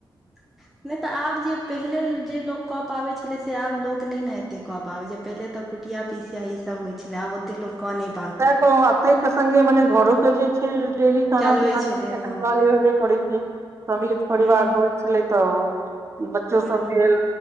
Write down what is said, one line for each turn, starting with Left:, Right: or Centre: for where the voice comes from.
Centre: <inaudible> नहि तऽ आब जे पहिले जे लोक कऽ पाबै छलै से आब लोक नहि ने एते कऽ पाबै छै पहिले तऽ कुटिया पिसिया ई सब होइ छलै आब ओते लोककेने
Right: सहए कहलहूँ आब तै के संगे मने घरोके जे छै देरी खाना
Centre: चलबै
Right: पीना
Centre: छलै हँ
Right: एखन कहलियौ नै करै छै समिलित परिवार
Centre: हूँ
Right: होइत छलै तऽ बच्चो
Centre: हूँ
Right: सब भेल